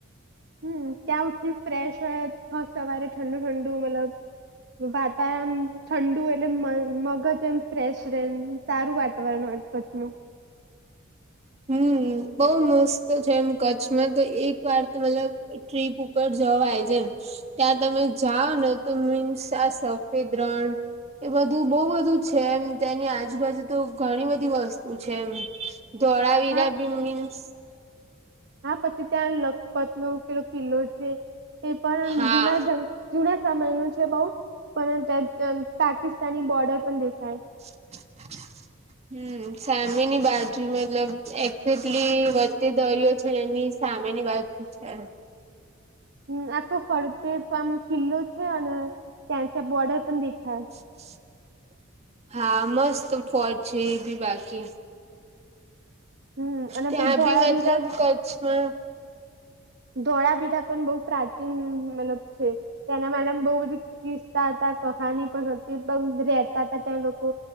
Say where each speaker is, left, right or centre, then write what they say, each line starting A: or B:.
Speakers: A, on the right; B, on the right.
A: હમ ત ઉઠી ફ્રેશ હોય સવારે ઠંડુ ઠંડુ મતલબ વાતાવરણ ઠંડુ એટલે મગજ એમ ફ્રેશ ર સારું વાતાવરણ હોય કચ્છ માં
B: હમ બઉ મસ્ત છે એમ કચ્છમાં તો એક વાર તો મતલબ ટ્રીપ ઉપર જવાય જેમ ત્યાં તમે જાઓ ને તો મીન્સ આ સફેદ રણ એ બધું બહુ બધું છે એમ તેની આજુબાજુ તો ઘણી બધી વસ્તુ છે એમ ધોળાવીરા
A: હા
B: કે મીનસ
A: હા પછી ત્યાં લખપત નો કેલો કિલ્લો છે એ પણમ
B: હા
A: જુના જ જુના સમય ન છે બઉ પણ પાકિસ્તાની બોર્ડર પણ દેખાય
B: <inaudible> હમ સામેની બાજુ મતલબ એક્ઝેકટલી વચ્ચે દરિયો છે ને એની સામેની બાજુ અચ છે
A: હમ આખો ફરતે તો આમ કિલ્લો છે અને ત્યાં ત્યાં બોર્ડર પણ દેખાય
B: <inaudible> હા મસ્ત પો છે એ બી બાકી.
A: હમ અને
B: ત્યાં
A: પે ધોળાવીરા
B: બી મતલબ કચ્છમાં
A: ધોળાવીરા પણ બહુ પ્રાચીન મલબ છે તેના માટે બહુ બધી કિસ્તા હતા કહાની પણ હતી. બગ રહેતા હતા ત લોકો